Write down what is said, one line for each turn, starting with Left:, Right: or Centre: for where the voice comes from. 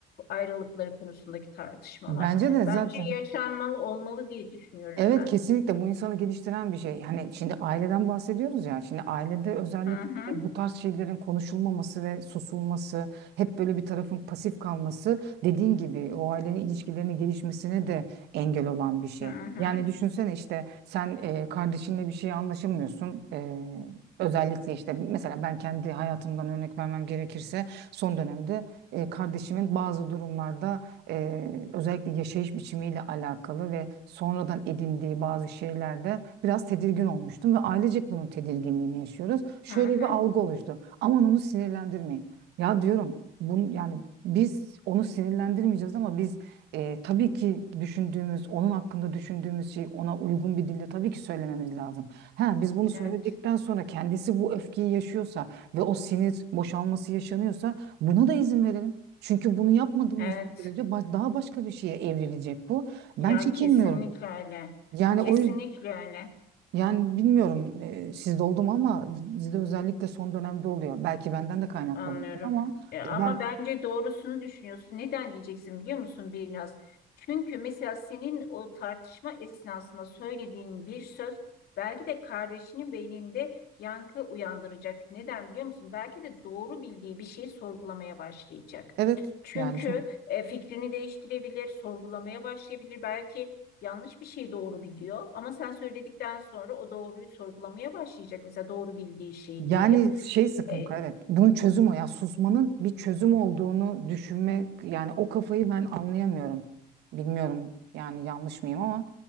Left: ayrılıkları konusundaki tartışmalar.
Right: Bence de
Left: Bence
Right: zaten.
Left: yaşanmalı olmalı diye düşünüyorum
Right: Evet
Left: ben.
Right: kesinlikle bu insanı geliştiren bir şey. Hani şimdi aileden bahsediyoruz ya. Şimdi ailede özellikle
Left: Hı hı,
Right: bu tarz şeylerin konuşulmaması ve susulması, hep böyle bir tarafın pasif kalması dediğin gibi o ailenin ilişkilerinin gelişmesine de engel olan bir şey.
Left: hı hı,
Right: Yani düşünsene işte sen e, kardeşinle bir şeye anlaşamıyorsun. E, özellikle işte mesela ben kendi hayatımdan örnek vermem gerekirse son dönemde e, kardeşimin bazı durumlarda eee, özellikle yaşayış biçimiyle alakalı ve sonradan edindiği bazı şeylerde biraz tedirgin olmuştum ve ailecek bunun tedirginliğini yaşıyoruz. Şöyle
Left: hı hı.
Right: bir algı oluştu. Aman onu sinirlendirmeyin. Ya diyorum bun, yani biz onu sinirlendirmeyeceğiz ama biz eee, tabii ki düşündüğümüz, onun hakkında düşündüğümüz şey ona uygun bir dille tabii ki söylememiz lazım. Ha, biz bunu söyledikten
Left: Evet,
Right: sonra kendisi bu öfkeyi yaşıyorsa ve o sinir boşalması yaşanıyorsa buna da izin verelim. Çünkü bunu yapmadığımız
Left: evet.
Right: sürece baş- daha başka bir şeye evrilecek bu. Ben
Left: Ya
Right: çekinmiyorum.
Left: kesinlikle öyle.
Right: Yani
Left: Kesinlikle
Right: o yüzden
Left: öyle.
Right: yani bilmiyorum e, sizde oldu mu ama bizde özellikle son dönemde oluyor. Belki benden de kaynaklanıyor
Left: E, Anlıyorum.
Right: ama
Left: E, ama
Right: e, ben
Left: bence doğrusunu düşünüyorsun. Neden diyeceksin biliyor musun Birnaz? Çünkü mesela senin o tartışma esnasında söylediğin bir söz belki de kardeşinin beyninde yankı uyandıracak. Neden biliyor musun? Belki de doğru bildiği bir şeyi sorgulamaya başlayacak.
Right: evet
Left: Çünkü
Right: yani çok
Left: e, fikrini değiştirebilir, sorgulamaya başlayabilir. Belki yanlış bir şey doğru biliyor ama sen söyledikten sonra o doğruyu sorgulamaya başlayacak. Mesela doğru bildiği şey
Right: Yani
Left: diyelim.
Right: şey sıkıntı
Left: E,
Right: evet. Bunun çözüm o ya. Susmanın bir çözüm olduğunu düşünmek yani o kafayı ben anlayamıyorum. Bilmiyorum yani yanlış mıyım ama